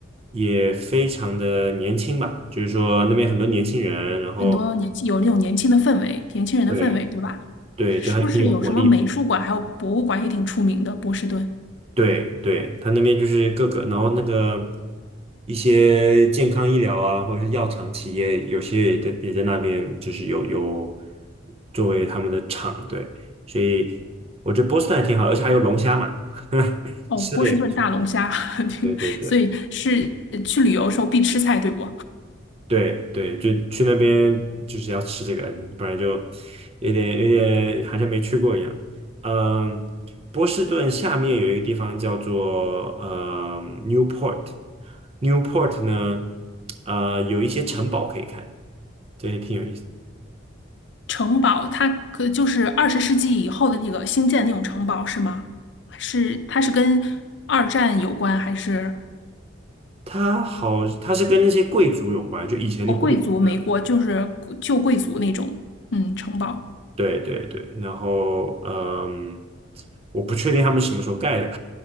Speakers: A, on the right; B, on the left.
A: 也非常的年轻吧，就是说那边很多年轻人，然后
B: 很多年轻有那种年轻的氛围，年轻人的氛围，
A: 对
B: 对吧？
A: 对，
B: 是不是有什么美术馆还有博物馆也挺出名的？
A: 就还挺有活力的。
B: 波士顿。
A: 对对，他那边就是各个，然后那个一些健康医疗啊，或者是药厂企业，有些也在也在那边，就是有有作为他们的厂，对，所以我觉得波士顿还挺好的而且还有龙虾嘛，<laughs>
B: 哦，
A: 吃的也不错。
B: 波士顿大龙虾，<laughs>
A: 对对对。
B: 所以是去旅游的时候必吃菜，对不？
A: 对对，就去那边就是要吃这个，不然就有点有点好像没去过一样。嗯，波士顿下面有一个地方叫做呃 Newport，Newport 呢，呃有一些城堡可以看，这也挺有意思的。
B: 城堡它可就是二十世纪以后的那个新建那种城堡是吗？是，它是跟二战有关，还是
A: 它好，它是跟那些贵族有关，就以前的贵族在那边。
B: 哦贵族美国就是旧贵族那种嗯城堡？
A: 对对对，然后嗯，我不确定他们什么时候盖的，